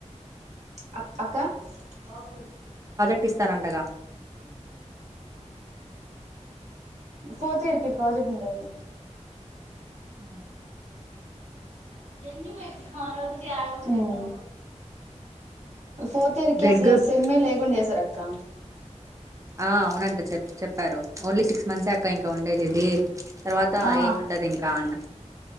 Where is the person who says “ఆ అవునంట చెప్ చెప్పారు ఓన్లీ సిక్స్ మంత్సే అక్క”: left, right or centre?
Right